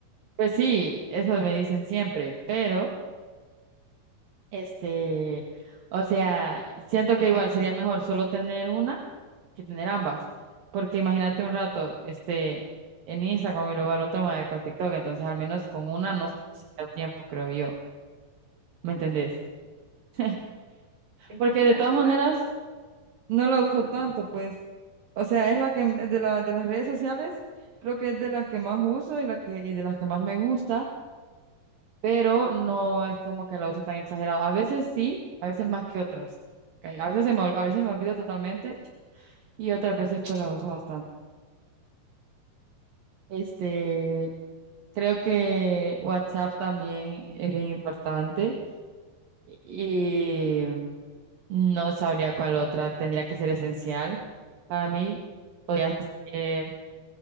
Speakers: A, on the right; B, on the right.
A: Pues sí, eso me dicen siempre, pero este, o sea, siento que igual sería mejor solo tener una que tener ambas, porque imagínate un rato, este, en Instagram y luego al otro me con TikTok, entonces al menos con una no se pierde tiempo, creo yo, ¿me entendés? <laughs>
B: Es
A: Porque
B: que
A: de
B: al
A: todas
B: final,
A: maneras no la uso
B: ajá,
A: tanto, pues. O sea, es la que m- de la, de las redes sociales, creo que es de las que más uso y la que y de las que más me gusta, pero no es como que la use tan exagerado. A veces sí, a veces más que otras. ok, A veces se me, ol- a veces me olvido totalmente y otras veces pues la uso bastante. Este, creo que WhatsApp también es bien importante y no sabría cuál otra tendría que ser esencial para mí. Podría ser